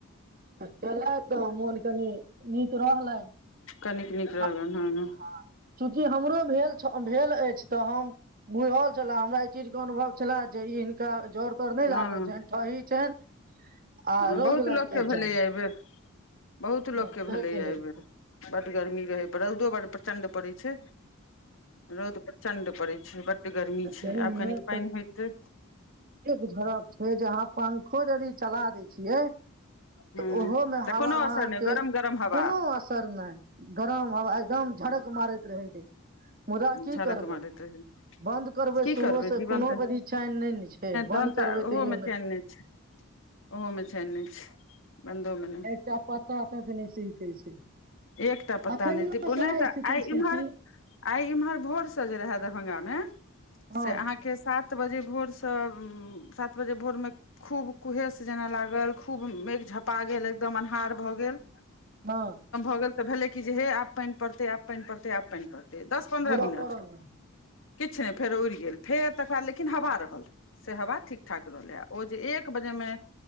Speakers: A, on the right; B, on the left.
A: क त मोन कनि नीक रहलनि,
B: कनिक नीक रहलनि
A: हां
B: हँ
A: चूँकि हमरो भेल छल, भेल अछि त हम बुझल छले, हमरा एहि चीज के अनुभव छले जे इ हिनका जर तर नहि लागल
B: हँ
A: छनि, ठही छनि आ
B: हँ
A: रौद
B: बहुत
A: लागि
B: लोकके
A: गेल
B: भेलैए
A: छनि।
B: एहिबेर बहुत लोक
A: हँ, ताहिके
B: भेलैये
A: लेल
B: एहिबेर। बड गर्मी रहै, पर रौदो बर प्रचण्ड पड़ैत छै। रौद प्रचण्ड पड़ै छै, बड्ड गर्मी
A: आ ताहिमे
B: छै, आब कनिक पानि होयतै।
A: इ झड़क छै जहां पंखो यदि चला दै छियै त
B: हूँ
A: ओहोमे
B: तऽ
A: हवा
B: कोनो
A: अहांके
B: असर नहि गरम गरम हवा
A: कोनो असर नै, गरम हवा एकदम झड़क मारैत रहै छै। मुदा कि
B: झरक
A: करबै,
B: मारैत रहै
A: बन्द करबै
B: की
A: सेहोसे
B: जीवन
A: कोनो
B: तऽ
A: घड़ी चैन नहि ने छै, बन्द
B: तहन तऽ
A: करबै
B: ओहोमे
A: तैओ नहि
B: चैन छै ओहोमे चैन नै छै। बन्दो मे नहि
A: एकटा पत्तो के नहि सिहकै छै।
B: एकटा पत्ता
A: अखनियो
B: नै,
A: सएह
B: नै त
A: स्थिति
B: आइ
A: छै
B: इमहर,
A: कि
B: आइ एमहर भोरसे जे रहय दरभंगामे,
A: हँ
B: से अहांके सात बजे भोरसं उं सात बजे भोरमे खुब कुहेस जेना लागल, खुब मेघ झपा गेल, एकदम अन्हार भ गेल
A: हां।
B: एकबेर त भेलै कि जे हे आब पानि पड़तै, आब पानि पड़तै, आब पानि पड़तै। तैं दस पन्द्रह
A: मुदा
B: मिनट।
A: पड़ल नै
B: किछु नहि फेर उड़ि गेल, फेर तकर बाद लेकिन हवा रहल। से हवा ठीक ठाक रहलै, आ ओ जे एक एक बजे मे,